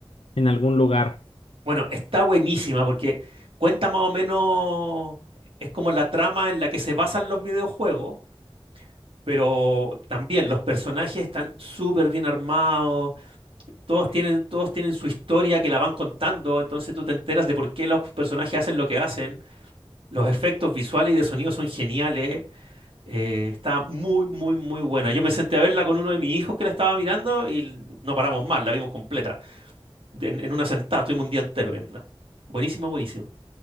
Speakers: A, on the left (about 85°); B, on the right (about 70°).
A: en algún lugar.
B: bueno, está buenísima porque cuenta más o menos, es como la trama en la que se basan los videojuegos, pero también los personajes están súper bien armados, todos tienen, todos tienen su historia que la van contando, entonces tú te enteras de por qué los personajes hacen lo que hacen, los efectos visuales y de sonido son geniales, eh, está muy, muy, muy buena. Yo me senté a verla con uno de mis hijos que la estaba mirando y no paramos más, la vimos completa, en, en una sentada, estuvimos un día entero viéndola. Buenísima, buenísima.